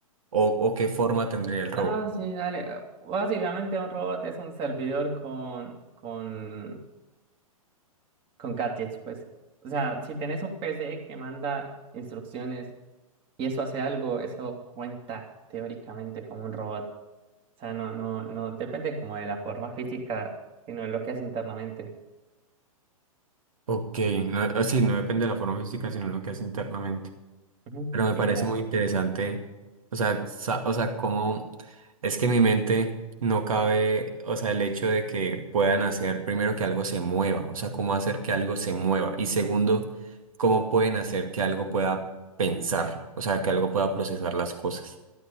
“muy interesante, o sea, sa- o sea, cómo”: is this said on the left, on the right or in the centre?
Right